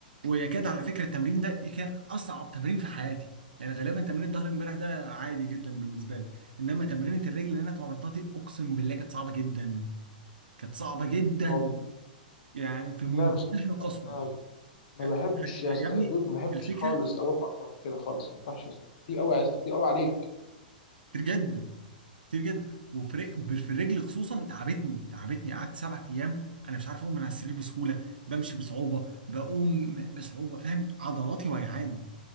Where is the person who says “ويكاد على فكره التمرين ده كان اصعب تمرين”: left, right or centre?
Right